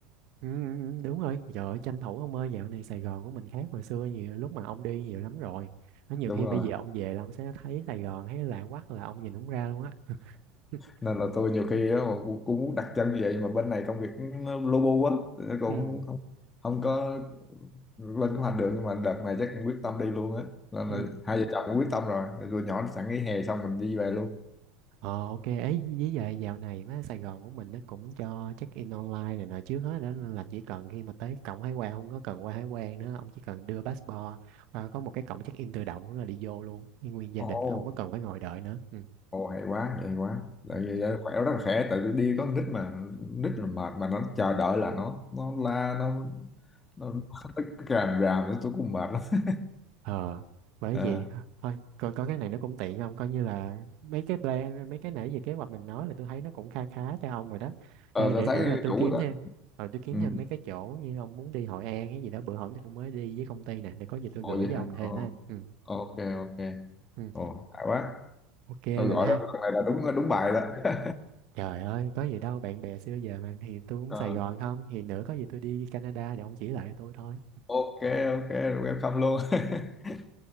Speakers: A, on the right; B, on the left.
A: ừ, ừ, đúng rồi trời ơi, tranh thủ ông ơi dạo này Sài Gòn của mình khác hồi xưa nhiều lúc mà ông đi nhiều lắm rồi nó nhiều
B: đúng
A: khi
B: rồi
A: bây giờ ông về là ông sẽ thấy Sài Gòn thấy lạ quắc là ông nhìn không ra luôn á <laughs>
B: nên là tôi nhiều khi á, mà cũng cũng muốn đặt chân như vậy mà bên này công việc nó lu bu quá thì nó cũng
A: ừ
B: không không có lên kế hoạch được nhưng mà đợt này chắc cũng quyết tâm đi luôn á nên
A: ừ
B: là hai vợ chồng cũng quyết tâm rồi Rồi tụi nhỏ sẵn nghỉ hè xong mình đi về luôn
A: Ờ ok ấy với vậy dạo này má Sài Gòn của mình nó cũng cho check in online này nọ trước hết đó nên là chỉ cần khi mà tới cổng hải quan không có cần qua hải quan nữa ông chỉ cần đưa passport và có một cái cổng check in tự động là đi vô luôn nguyên gia
B: ồ
A: đình không có cần phải ngồi đợi nữa ừ.
B: ồ hay quá hay quá tại
A: Ừ.
B: vì vậy khỏe rất là khỏe tại vì đi có con nít mà nít là mệt mà nó chờ đợi là nó nó la nó nó, <laughs> nó ràm ràm nữa, tôi cũng mệt lắm <laughs>
A: ờ bởi
B: à,
A: vậy thôi thôi, còn có cái này nó cũng tiện không coi như là mấy cái plan mấy cái nãy về kế hoạch mình nói là tôi thấy nó cũng kha khá cho ông rồi đó
B: ờ
A: Ê, để
B: tôi thấy
A: nữa là tôi
B: đủ
A: kiếm
B: rồi
A: thêm
B: đó
A: ờ tôi kiếm
B: ừ.
A: thêm mấy cái chỗ như ông muốn đi Hội An cái gì đó bữa hổm tôi cũng mới đi với công ty nè để có gì tôi
B: ồ
A: gửi
B: vậy hả
A: cho ông thêm
B: ồ
A: ha ừ,
B: ok ok
A: ừ.
B: Ồ, hay quá.
A: ok
B: Tôi gọi
A: rồi nè ha
B: đó, lần này là đúng đúng bài đó. <laughs>
A: trời ơi có gì đâu bạn bè xưa giờ mà thì tôi cũng
B: Ờ,
A: Sài Gòn không thì nữa có gì tôi đi Canada để ông chỉ lại cho tôi thôi
B: ok, ok, rồi welcome luôn. <laughs>